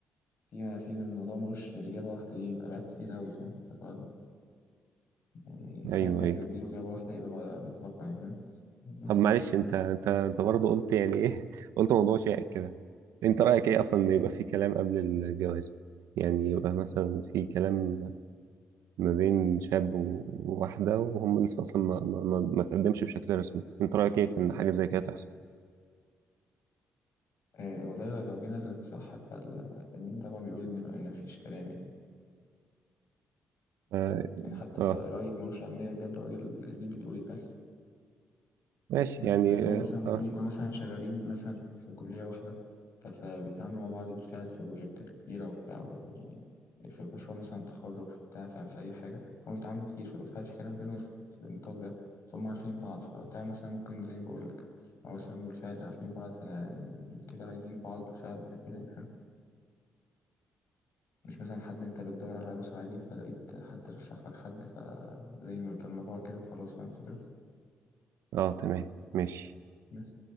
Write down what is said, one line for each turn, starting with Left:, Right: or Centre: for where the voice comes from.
Left: في في الموضوع ملوش اجابه واحده دي يبقى ابعاد كتير قوي فاهم فهو يعني صعب
Right: ايوه
Left: انك
Right: ايوه
Left: تديله اجابه واحده يبقى مطلقه يعني فاهم بس
Right: طب معلش انت انت انت برضه قلت يعني ايه <laughs> قلت موضوع شائك كده انت رايك ايه اصلا ان
Left: ايه
Right: يبقى في كلام قبل الجواز يعني يبقى مثلا في كلام ما بين شاب و- وواحده وهم لسه اصلا ما ما ما, ما تقدمش بشكل رسمي انت رايك ايه في ان حاجه زي كده تحصل
Left: إيه، والله لو جينا للصح فال- فالدين طبعا بيقول ان إن مفيش كلام يعني
Right: اه,
Left: يعني حتى
Right: آه.
Left: سواء رأي ملوش أهمية جنب رأي الدين بيقول إيه فاهم
Right: ماشي
Left: بس
Right: يعني
Left: بس
Right: اه
Left: هو مثلا ممكن
Right: اه,
Left: يكونوا مثلا شغالين مثلا في في كلية واحدة ف- فبيتعاملوا مع بعض بالفعل في بروجكتات كتيرة وبتاع يعني في مشروع مثلا تخرج في بتاع فاهم في أي حاجة فهم بيتعاملوا كتير فبالفعل في كلام بينهم في في النطاق ده فهم عارفين بعض فوقتها مثلا ممكن زي ما بقول لك هو مثلا بالفعل عارفين بعض فأنا كده عايزين بعض بالفعل فكده يعني فاهم مش مثلا حد انت بتدور على عروسة عادي فلقيت حد رشح لك حد فزي ما فالموضوع كده وخلاص فاهم الفكرة
Right: آه. تمام ماشي
Left: بس